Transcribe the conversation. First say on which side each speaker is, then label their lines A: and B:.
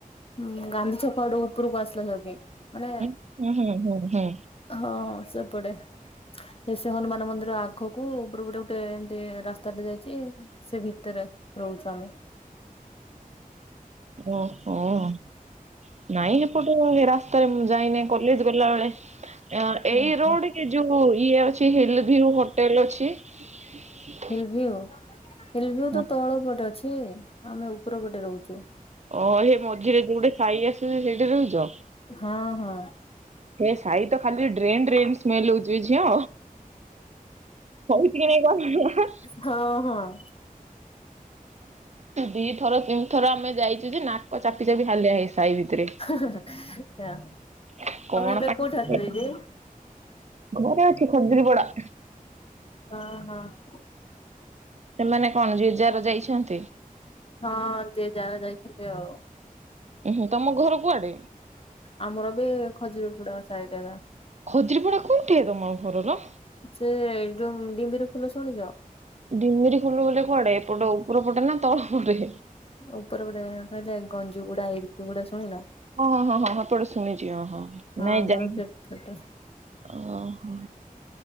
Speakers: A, on the left; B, on the right.
A: ହୁଁ ଗାନ୍ଧୀ ଛକ ପାଡ ଉପରୁ ବସିଲେ ମାନେ
B: ହୁଁ ହୁଁ ହୁଁ ହୁଁ
A: ହଁ ସେପଟେ। ସେ ସେ ହନୁମାନ ମନ୍ଦିର ଆଗକୁ ଉପର ଗୋଟେ ଗୋଟେ ଏମତି ରାସ୍ତାଟେ ଯାଇଛି। ସେ ଭିତରେ ରହୁଛୁ ଆମେ।
B: ଓହ ହିଁ। ନାଇଁ ଏପଟେ ରାସ୍ତାରେ ମୁଁ ଯାଇନି କଲେଜ ଗଲାବେଳେ। ଏଇ
A: ଓହୋ
B: ରୋଡ କି ଯୋଉ ଇଏ ଅଛି ହିଲ ଭିଉ ହୋଟେଲ ଅଛି? <unintelligible>
A: ହିଲ ଭିଉ ହିଲ ଭିଉ
B: ହଁ।
A: ତ ତଳ ପଟେ ଅଛି ଆମେ ଉପର ପଟେ ରହୁଛୁ।
B: ଓହୋ ସେ ମଝିରେ ଯୋଉଟେ ସାଇ ଆସୁଛି ସେଇଠି ରହୁଛ?
A: ହଁ ହଁ।
B: ହେ ସାଇ ତ ଖାଲି ଡଡ୍ରେ ଡ୍ରେନ ସ୍ମେଲ ହଉଛି ଝିଅ। ହଉଛି କି ନାଇଁ କଣ
A: ହ ହଁ ହଁ।
B: ଦି ଥର ତିନି ଥର ଆମେ ଯାଇଛୁ ଯେ ନାକ ଚାପି ଚାପି ହାଲିଆ ହେଇ ସାହି ଭିତରେ।
A: <unintelligible>
B: <unintelligible>
A: ତମେ ଏବେ କୋଉଠି ଅଛ ଦିଦି? ହଁ ହଁ।
B: ସେମାନେ କଣ ଯେ ଯାହାର ଯାଇଛନ୍ତି?
A: ହଁ ଯେ ଯାହା ଯାଇଛନ୍ତି ଆଉ।
B: ଉୁଁ ତମ ଘର କୁଆଡେ?
A: ଆମର ବି ଖଜୁରୀ ପୁଡା ସାଇଡଲା।
B: ଖଜୁରିପଡା କୋଉଠିଏ ତମ ଘର?
A: ସେ ଯୋଉ ଡିମ୍ବିର ଫୁଲ ଶୁଣିଛ?
B: ଢିମିରି ଖୋଲୁ ବଲେ କୁଆଡେ ଏପଟ ଉପର ପଟେ ନା ତଳ ପଟେ?
A: ଉପର ଗୋଟେ କହିଲେ ଗଞ୍ଜି ଗୁଡା ଏରପ ଗୁଡା ଶୁଣିନ?
B: ଓ ହଁ ହଁ ହଁ ହଁପଟେ ଶୁଣିଛି ଓ ହଁ ନାଇଁ
A: ଆମର
B: ଯା
A: ସେପଟେ
B: ଓହୋ।